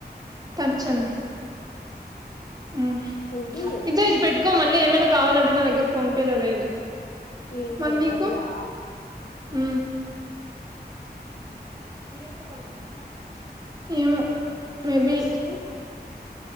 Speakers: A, on the right; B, on the left.
A: కొంచెం ఉమ్
B: ఏంటి
A: ఇగో ఇది పెట్టుకో మళ్ళీ ఏమైనా కావాలంటే నా దగ్గర ఫోన్ పేలో లేదు
B: ఏందో
A: మరి నీకొ
B: డబ్బులా
A: ఉ ఏం కావాలి మీకు ఏమో మేబి
B: మ్మ్